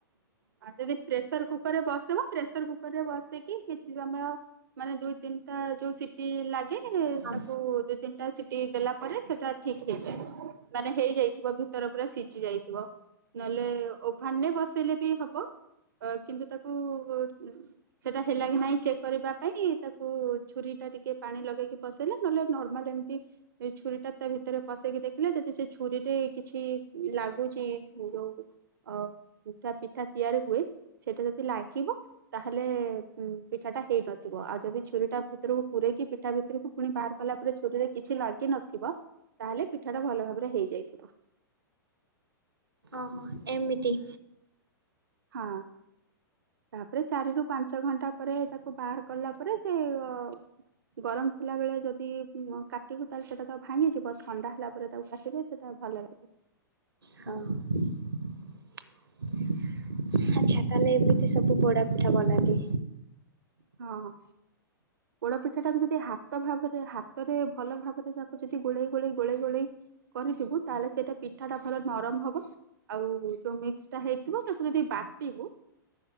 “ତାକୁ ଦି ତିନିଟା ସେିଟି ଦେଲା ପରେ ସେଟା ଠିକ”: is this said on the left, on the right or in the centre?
Right